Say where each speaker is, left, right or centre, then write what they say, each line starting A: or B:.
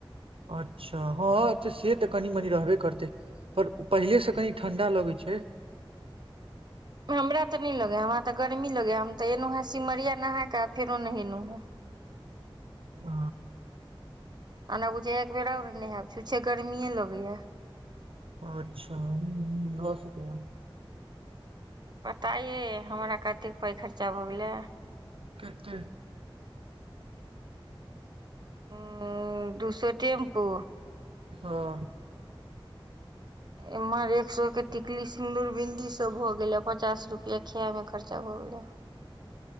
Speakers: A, on the right; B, on the right.
A: अच्छा हँ तऽ से तऽ कनि मनी रहबे करतै पर उ पहिलेसँ कनी ठण्डा लगै छै
B: हमरा तऽ नय लगे हे हमरा तऽ गर्मी लगे हे हम तऽ एलौं हें सिमरिया नहा कऽ आ फेरो नहेलौं हें
A: ओ
B: आना बुझैये एक बेेर आओर नहायब छुछे गर्मीए लगैये
A: अच्छा हुँ हुँ भऽ सकैये
B: पता यै हमरा कतेक पाइ खर्चा भऽ गेलै
A: केत्ते
B: उ दू सो टेम्पू
A: हँ <inaudible>
B: एम्हर एक सौ के टिकली सिन्दूर बिन्दीसभ भऽ गेलै आ पचास रुपया खैमे खर्चा भऽ गेलै